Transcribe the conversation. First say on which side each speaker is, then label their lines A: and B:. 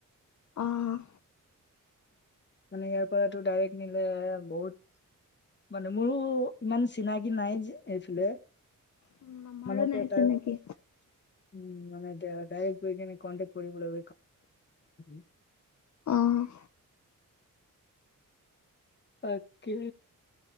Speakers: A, on the left; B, on the left.
A: অ'।
B: মানে ইয়াৰ পৰা তোৰ ডাইৰেক্ট নিলে বহুত মানে মোৰো ইমান চিনাকি নাই যে, এইফালে।
A: উম আমাৰো
B: মানে <unintelligible>
A: নাই
B: এটা
A: চিনাকি।
B: উম, মানে য়া, ডাইৰেক্ট গৈ কেনে কণ্টেক্ট কৰিবলৈ <unintelligible>
A: অ'।
B: তাকে,